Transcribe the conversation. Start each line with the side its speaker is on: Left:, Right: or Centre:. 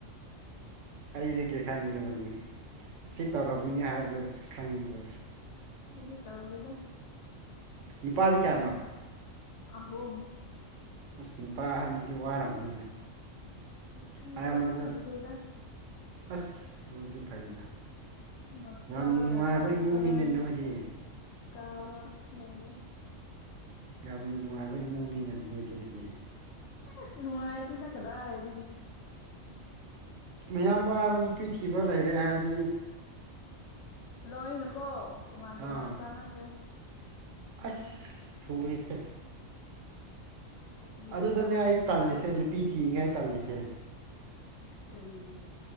Right: ꯑꯩꯗꯒꯤ ꯈꯪꯉꯤꯕꯅꯤ ꯁꯤ ꯇꯧꯔꯝꯒꯅꯤ ꯍꯥꯏꯕꯗꯣ ꯈꯪꯉꯤꯕ
Left: ꯑꯩꯗꯤ ꯇꯧꯗꯦꯗ
Right: ꯅꯨꯄꯥꯗꯤ ꯀꯌꯥꯅꯣ
Left: ꯑꯍꯨꯝ
Right: ꯑꯁ ꯅꯨꯄꯥ ꯑꯍꯟꯗꯗꯤ ꯋꯥꯔꯝꯒꯅꯤꯅ
Left: ꯅꯨꯄꯤ
Right: ꯑꯌꯥꯝꯕꯗ
Left: ꯂꯣꯏꯅ ꯊꯤꯈ꯭ꯔꯦꯗ
Right: ꯑꯁ ꯑꯗꯨꯗꯤ ꯐꯩꯅ
Left: ꯃꯆꯥꯒ
Right: ꯌꯥꯝ ꯅꯨꯡꯉꯥꯏꯕ
Left: ꯀ꯭ꯂꯥꯁ
Right: ꯏꯃꯨꯡꯅꯤꯅꯦ
Left: ꯁꯚꯦꯟ
Right: ꯅꯣꯏꯗꯤ
Left: ꯀꯥꯕ ꯂꯩ
Right: ꯌꯥꯝ ꯅꯨꯡꯉꯥꯏꯕ ꯏꯃꯨꯡꯅꯤꯅ ꯅꯣꯏꯗꯤ ꯑꯗꯨꯗꯤ
Left: ꯑꯁ ꯅꯨꯡꯉꯥꯏꯇꯦꯗ ꯀꯗꯥꯏꯗꯩꯅꯣ
Right: ꯑꯌꯥꯝꯕ ꯍꯥꯏꯔ ꯅꯨꯄꯤ ꯊꯤꯕ ꯂꯩꯔꯦ ꯍꯥꯏꯗꯤ
Left: ꯂꯅꯨꯀꯣ ꯇꯣꯉꯥꯟ
Right: ꯑꯥ
Left: ꯇꯣꯉꯥꯟ ꯆꯥꯟꯅꯈ꯭ꯔꯦ
Right: ꯑꯁ ꯊꯏꯍꯦ
Left: ꯀꯨꯏꯔꯦꯅ
Right: ꯑꯗꯨꯗꯅꯦ ꯑꯩ
Left: ꯌꯨꯝ ꯄꯥꯟꯕ
Right: ꯇꯜꯂꯤꯁꯦ ꯅꯨꯄꯤ ꯊꯤꯔꯤꯉꯥꯏ ꯇꯜꯂꯤꯁꯦ
Left: ꯏꯁ ꯀꯔꯤꯒꯤ